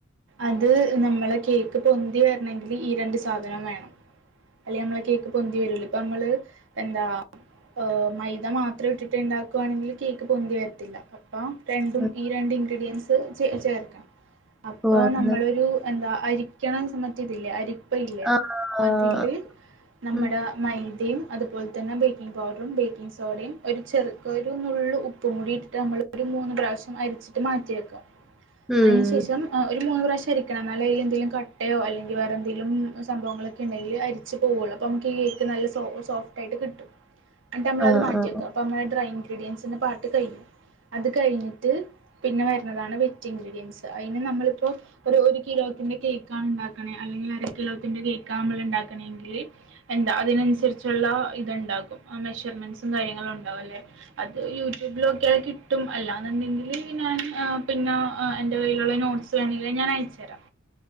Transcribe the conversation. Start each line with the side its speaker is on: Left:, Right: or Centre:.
Right: അത് നമ്മളെ കേക്ക് പൊന്തി വെര്ണങ്കില് ഈ രണ്ട് സാധനം വേണം അല്ലെ നമ്മളെ കേക്ക് പൊന്തി വരൂല പ്പമ്മള് എന്താ ഓഹ് മൈദ മാത്ര ഇട്ടിട്ടുണ്ടാക്കുവാണെങ്കില് കേക്ക് പൊന്തി വരത്തില്ല പ്പം രണ്ടും
Centre: ആഹ്
Right: ഈ രണ്ട് ഇൻഗ്രീഡിയൻസ് ചേ ചേർക്കാം
Centre: ഓഹ്
Right: പ്പൊ
Centre: ആണല്ലേ
Right: നമ്മളൊരു എന്താ അരിക്കണം സമറ്റതില്ലേ അരി പ്പയില്ലേ
Centre: ആഹ്
Right: അതില് നമ്മട
Centre: ഉം
Right: മൈദയും അതുപോൽ തന്നെ ബേക്കിംഗ് പൗഡറും, ബേക്കിങ് സോഡയും, ഒരു ചെറുക്ക് ഒരു നുള്ള് ഉപ്പും കൂടിയിട്ട് നമ്മള് ഒരു മൂന്ന് പ്രാവശ്യം അരിച്ചിട്ട് മാറ്റി വെക്ക.
Centre: ഉം
Right: അയ്നു ശേഷം ആഹ് ഒരു മൂന്ന് പ്രാവശ്യ അരിക്കണം ന്നാലെ അയ്ലെന്തെലും കട്ടയോ അല്ലെങ്കി വേറെന്തേലും സംഭവങ്ങള് ക്കെണ്ടെങ്കി അരിച്ചു പോവൊള്ളൂ അപ്പം മ്മക്കീ കേക്ക് നല്ല സോ സോഫ്റ്റായിട്ട് കിട്ടും എംട്ടമ്മളത്
Centre: ആഹ്
Right: മാറ്റ്യക്ക
Centre: ആഹ്
Right: അപ്പമ്മളെ ഡ്രൈ ഇൻഗ്രീഡിയൻസിന്റെ പാട്ട് കഴിയും അത് കഴിഞ്ഞിട്ട് പിന്നെ വര്ന്നതാണ് വിറ്റിൻഗ്രീഡിയൻസ് അയ്ന് നമ്മളിപ്പോ ഒരു ഒരു കിലോത്തിന്റെ കേക്കാണ് ണ്ടാക്കണേ അല്ലെങ്കിലര കിലോത്തിന്റെ കേക്കാമ്മള്ണ്ടാക്കണെങ്കില് എന്താ അഅ് തിനൻസരിച്ചുള്ള ഇത്ണ്ടാകും അ മെഷർമെന്റ്സും കാര്യങ്ങളും ണ്ടാവല്ലെ അത് യൂട്യൂബിലോക്കി ക്യാ കിട്ടും അല്ലാന്ന് ണ്ടെങ്കില് ഞാൻ ആഹ് പിന്നെ അ എന്റെ വൈ ട്ട്യാളെ നോട്സ് വേണെങ്കിലത് ഞാനയ്ച്ചരാം